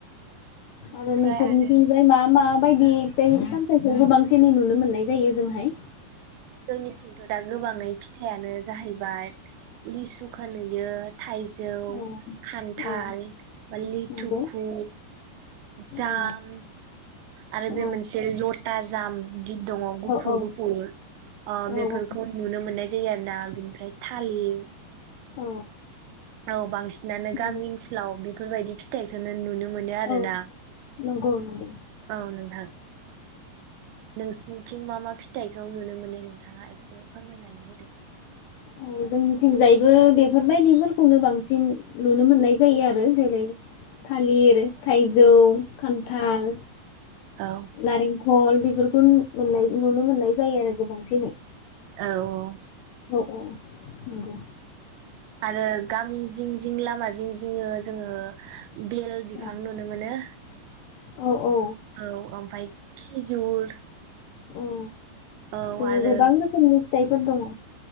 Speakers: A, on the right; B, on the left.
A: ओमफ्राय
B: आरो नोंसोरनिथिंजाय
A: आरो
B: मा मा बायदि फिथाइ सामथायखौ गोबांसिनै नुनो मोननाय जायो जोंहाय
A: जोंनिथिंथ' दा गोबाङै फिथायानो जाहैबाय लिसुखो नुयो थाइजौ
B: औ
A: खान्थाल
B: औ
A: बा लिथुखु
B: नंगौ
A: जाम
B: औ
A: आरो
B: औ
A: बे मोनसे लथा जाम गिब दङ
B: औ
A: गुफुर
B: औ
A: गुफुर ओ
B: औ
A: बेफोरखौ
B: औ
A: नुनो मोननाय जायो आरो ना बिनिफ्राय थालिर
B: औ
A: औ बांसिनानो
B: नंगौ
A: गामि ओसोलाव बि बेफोरबायदि फिथाइखौनो नुनो मोनो आरोना
B: औ नंगौ नंगौ
A: औ नोंथां नोंसिनिथिं मा मा फिथाइखौ नुनो मोनो नोंथाङा एसे फोरमायनानै होदो
B: औ जोंनिथिंजायबो बेफोरबायदिफोरखौनो बांसिन नुनो मोननाय जायो आरो जेरै थालिर थाइजौ खान्थाल
A: औ
B: नारेंखल खल बेफोरखौ मोननाय नुनो मोननाय जायो आरो गोबांसिनै
A: औ
B: औ औ नंगौ
A: आरो गामि जिं जिं लामा जिं जिङो जोङो। बेल बिफां
B: औ
A: नुनो मोनो।
B: औ औ
A: औ ओमफाय खिजुर।
B: औ
A: औ
B: जोङो
A: आरो
B: गोबां रोखोमनि फिथाइफोर दङ।